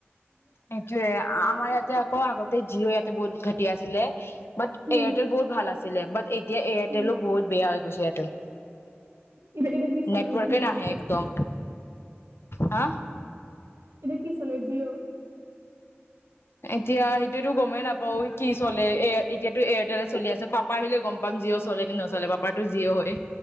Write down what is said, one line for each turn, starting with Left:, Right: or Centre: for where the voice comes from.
Left: সেইটোৱে আমাৰ ইয়াতে আকৌ আগতে জিঅ ইয়াতে বহুত ঘাট টি আছিলে বাট
Right: উম
Left: এয়াৰটেল বহত ভাল আছে। ছিলে বাট এই এতিয়া এয়াৰটেলো
Right: উম
Left: বহু বেয়া হৈছে ইয়াতে।
Right: এতিয়া এতিয়া কি চলাই
Left: নেটৱৰ্কে
Right: জিঅ
Left: নাহে একদম হা
Right: এতিয়া কি চলাই? জিঅ'
Left: এতিয়া সেইটোতো গমেই নাপাও ঐ, কি চলে এ এতিয়াটো এয়াৰটেলে চলি আছে। আহিলে গম পাম জিঅ' চলে নে নচলে পাপাটো জিঅ' হয়।